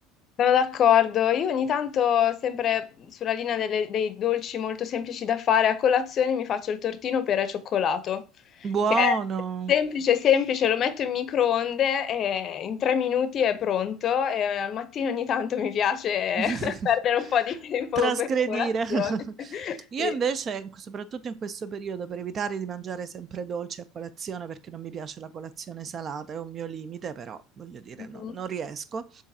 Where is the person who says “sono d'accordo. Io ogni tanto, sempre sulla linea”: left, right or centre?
Left